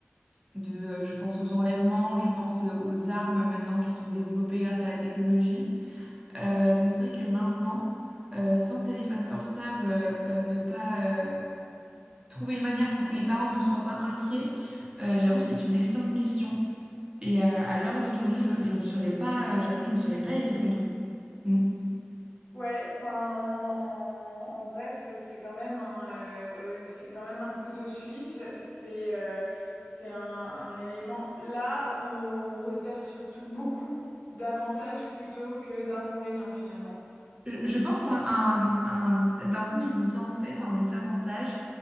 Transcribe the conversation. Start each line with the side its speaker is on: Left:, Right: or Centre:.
Right: de, euh, je pense aux enlèvements, je pense euh, aux armes maintenant qui sont développées grâce à la technologie. Euh, donc c'est vrai que maintenant, euh, sans téléphone portable, euh, euh, ne pas euh, trouver une manière pour que les parents ne soient pas inquiets, euh, j'avoue, c'est une excellente question. Et euh, à l'heure d'aujourd'hui, je, je ne saurais pas, euh, j'avoue, je ne saurais pas y répondre. Mm.
Left: Ouais, enfin, en, en- en bref, c'est quand même un, euh, c'est quand même un couteau suisse. C'est, euh, c'est un, un élément. Là, on repère surtout beaucoup d'avantages plutôt que d'inconvénients finalement.
Right: Je, je pense à un, un- d'un coup, il me vient en tête un désavantage.